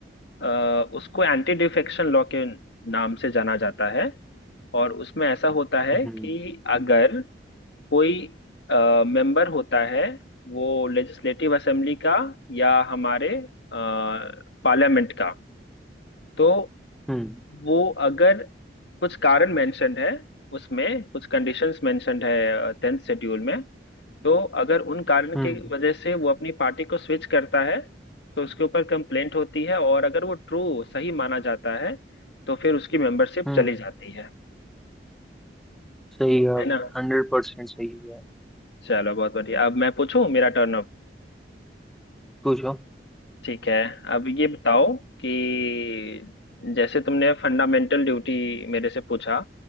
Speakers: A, on the left; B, in the centre.
A: अ, उसको एंटी डिफेक्शन लॉ के नाम से जाना जाता है और उसमें ऐसा होता है
B: हम्म
A: कि अगर कोई मेंबर होता है वो लेजिस्लेटिव असेंबली का या हमारे पार्लियामेंट का तो
B: हम्म
A: वो अगर कुछ कारण मेंशन्ड है उसमें कुछ कंडीशंस मेंशन्ड है टेंथ शेड्यूल में तो अगर उन कारण
B: हम्म
A: के वजह से वो अपनी पार्टी को स्विच करता है तो उसके ऊपर कंप्लेंट होती है और अगर वो ट्रू सही माना जाता है तो फिर उसकी मेंबरशिप
B: हम्म
A: चली जाती है
B: सही है आपने
A: है ना
B: हंड्रेड परसेंट सही है
A: चलो बहुत बढ़िया अब मैं पूछूं मेरा टर्न अब
B: पूछो
A: ठीक है अब ये बताओ कि जैसे तुमने फंडामेंटल ड्यूटी मेरे से पूछा